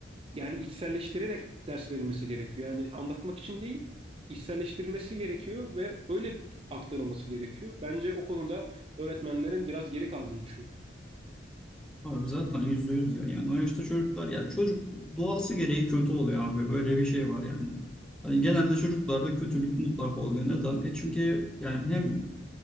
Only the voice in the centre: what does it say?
Abi zaten yüzde yüz ya. Yani o yaşta çocuklar ya çocuk doğası gereği kötü oluyor abi. Böyle bir şey var yani. Hani genelde çocuklarda kötülük mutlaka oluyor. Neden? E çünkü yani hem